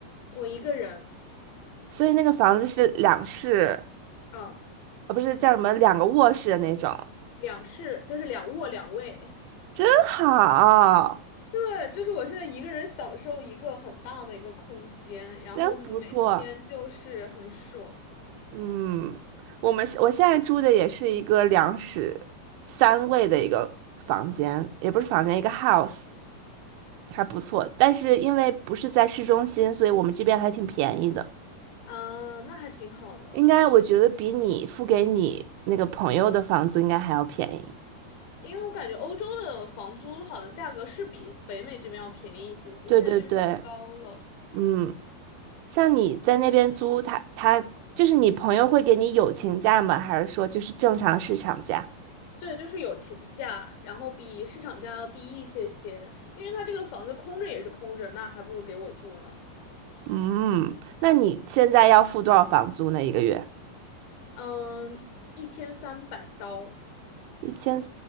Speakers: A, on the left; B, on the right.
A: 我一个人，
B: 所以那个房子是两室，
A: 嗯，
B: 呃，不是叫什么两个卧室的那种，
A: 两室就是两卧两卫。
B: 真好，
A: 对，就是我现在一个人享受一个很大的一个空间，然后每天就是很爽，
B: 真不错。嗯，我们我现在住的也是一个两室三卫的一个房间，也不是房间，一个 house，还不错。但是因为不是在市中心，所以我们这边还挺便宜的，
A: 嗯，那还挺好的。
B: 应该我觉得比你付给你那个朋友的房租应该还要便宜。
A: 因为我感觉欧洲的房租好像价格是比北美这边要便宜一些些，
B: 对对对，
A: 现在这边太高了。
B: 嗯，像你在那边租，他他就是你朋友会给你友情价吗？还是说就是正常市场价？
A: 对，就是有情价，然后比市场价要低一些些，因为他这个房子空着也是空着，那还不如给我住呢。
B: 嗯，那你现在要付多少房租呢？一个月？
A: 嗯，一千三百刀
B: 一千